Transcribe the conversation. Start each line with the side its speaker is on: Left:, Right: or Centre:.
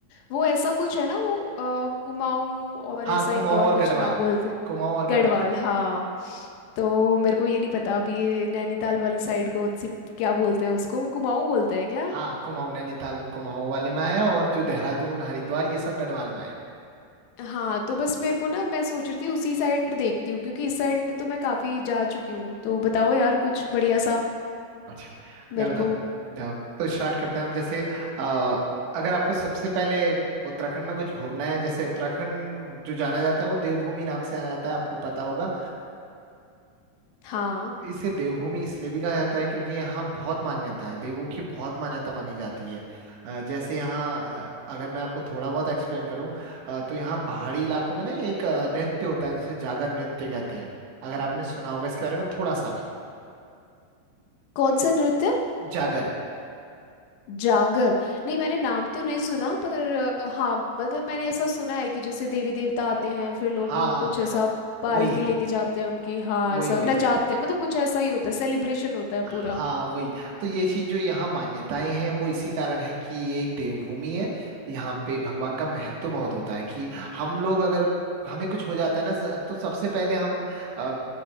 Left: वो ऐसा कुछ है ना वो अ, कुमाऊँ और
Right: हाँ
Left: ऐसा
Right: कुमाऊँ
Left: एक और
Right: और गढ़वाल
Left: कुछ नाम बोलते
Right: कुमाऊँ और गढ़वाल
Left: गढ़वाल हाँ तो मेरे को ये नहीं पता अभी नैनीताल वाली साइड कौन सी क्या बोलते हैं उसको कुमाऊँ बोलते हैं क्या
Right: हाँ कुमाऊँ नैनीताल कुमाऊँ वाले में आया और जो देहरादून हरिद्वार ये सब गढ़वाल में आया
Left: हाँ तो बस मेरे को ना मैं सोच रही थी उसी साइड देखती हूँ क्योंकि इस साइड तो मैं काफी जा चुकी हूँ तो बताओ यार कुछ बढ़िया सा
Right: अच्छा
Left: मेरे
Right: मैं बताता
Left: को
Right: हूँ जाओ, तो स्टार्ट करते हैं हम जैसे अ, अगर आपको सबसे पहले उत्तराखंड में कुछ घूमना है जैसे उत्तराखंड जो जाना जाता है वो देवभूमि नाम से जाना जाता है आपको पता होगा
Left: हाँ
Right: इसे देवभूमि इसलिए भी कहा जाता है क्योंकि यहाँ बहुत मान्यता है देवों की बहुत मान्यता मानी जाती है अ, जैसे यहाँ अ, अगर मैं आपको थोड़ा बहुत एक्सप्लेन करूँ अ, तो यहाँ पहाड़ी इलाकों में ना एक अ, नृत्य होता है जिसे जागर नृत्य कहते हैं अगर आपने सुना होगा इसके बारे में थोड़ा सा भी
Left: कौन सा नृत्य
Right: जागर
Left: जागर नहीं मैंने नाम तो नहीं सुना पर अ, हाँ मतलब मैंने ऐसा सुना है कि जैसे देवी देवता आते हैं फिर लोग
Right: हाँ
Left: वो
Right: हाँ
Left: कुछ ऐसा पालकी
Right: वही है
Left: लेके जाते हैं उनकी हाँ
Right: वही
Left: ऐसा
Right: वही
Left: नचाते हैं मतलब कुछ ऐसा ही होता है सेलिब्रेशन होता है
Right: हाँ
Left: पूरा
Right: वही तो ये चीज जो यहाँ मान्यताएं हैं वो इसी कारण है कि ये एक देवभूमि है यहाँ पे भगवान का महत्व बहुत होता है कि हम लोग अगर हमें कुछ हो जाता है ना स- तो सबसे पहले हम अ,